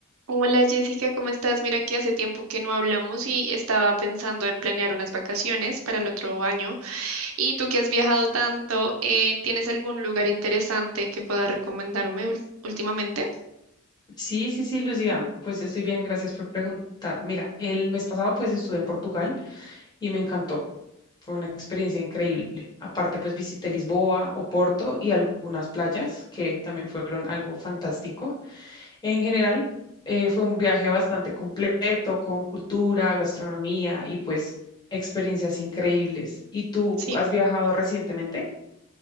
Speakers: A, on the right; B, on the left.
A: Hola Jessica, ¿cómo estás? Mira que hace tiempo que no hablamos y estaba pensando en planear unas vacaciones para el otro año. Y tú que has viajado tanto, eh, ¿tienes algún lugar interesante que puedas recomendarme ul- últimamente?
B: Sí, sí, sí, Lucía, pues estoy bien, gracias por preguntar. Mira, el mes pasado pues estuve en Portugal y me encantó. Fue una experiencia increíble. Aparte pues visité Lisboa, Oporto y algunas playas que también fueron algo fantástico. En general, eh, fue un viaje bastante completo con cultura, gastronomía y pues experiencias increíbles. ¿Y tú
A: Sí.
B: has viajado recientemente?